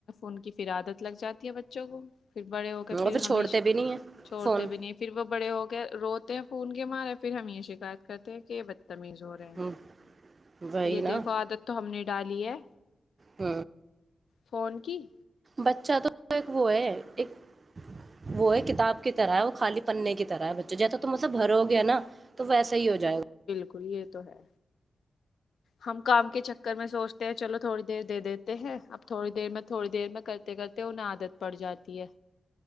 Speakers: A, on the left; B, on the right.
A: ان کی فھر عادت لگ جاتی ہے بچوں کو پھر بڑے ہو کے
B: اور
A: پھر
B: چھوڑتے
A: ہممیش
B: بھی نہیں ہیں
A: چھوڑتے
B: فون
A: بھی نہیں پھر وہ بڑے ہو کے روتے ہیں فون کے مارے پھر ہم یہ شکایت کرتے ہیں کہ تمیز ہو رہے ہیں
B: ہ وہی
A: یہ
B: نا
A: دیکھو عادت تو ہم نے ڈالی ہے
B: ہ
A: فون کی
B: بچہ تو ایک وہ ہے ایک وہ ہے کتاب کی طرح ہے وہ خالی پننے کی طرح ہے بچے جیسا تم سے بھر ہو گیا نا تو ویسا ہی ہو جائے گا
A: ب یہ تو ہے ہم کام کے چکر میں سوچتے ہیں چلو تھوڑی دیر دے دیتے ہیں اب تھوڑی دیر میں تھوڑی دیر میں کرتے کرتے انہیں عادت پڑ جاتی ہے